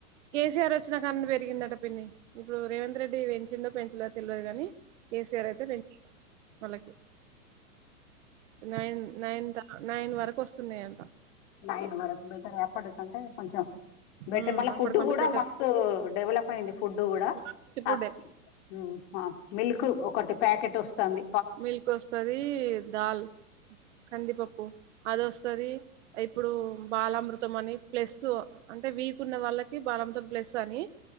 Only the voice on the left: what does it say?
నైన్ వరకు బెటరే అప్పటికంటే కొంచెం బెట్టే
మళ్ళ
ఫుడ్ కూడా
మస్తు డెవలప్ అయింది ఫుడ్ కూడా
అప్ మ్ మిల్క్ ఒకటి ప్యాకెట్ వస్తాంది